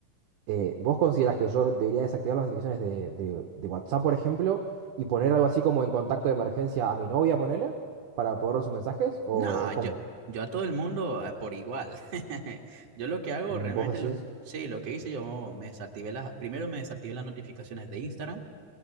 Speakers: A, on the right; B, on the right.
A: eh, ¿vos considerás que yo debería desactivar las notificaciones de, de- de WhatsApp, por ejemplo, y poner algo así como en contacto de emergencia a mi novia, ponele, para poder ver sus mensajes? ¿O,
B: No,
A: o cómo?
B: yo, yo a todo el mundo eh, por igual. <laughs> Yo lo que hago
A: Mm,
B: realmente,
A: ¿Vos
B: lo,
A: decís?
B: sí, lo que hice, yo me desactivé las, primero me desactivé las notificaciones de Instagram,